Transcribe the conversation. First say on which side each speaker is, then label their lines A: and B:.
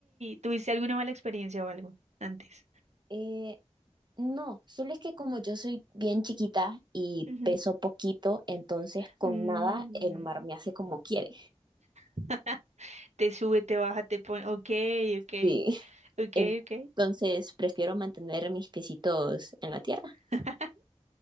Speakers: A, on the right (about 80°); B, on the right (about 40°).
A: ¿Tuviste alguna mala experiencia o algo antes?
B: Eh, no, solo es que como yo soy bien chiquita y
A: Ujú.
B: peso poquito, entonces con
A: Mm,
B: nada el mar me hace como quiere.
A: <laughs> Te sube, te baja, te pone. Ok, ok,
B: Sí. <laughs>
A: ok,
B: Entonces
A: ok.
B: prefiero mantener mis piecitos en la tierra.
A: <laughs>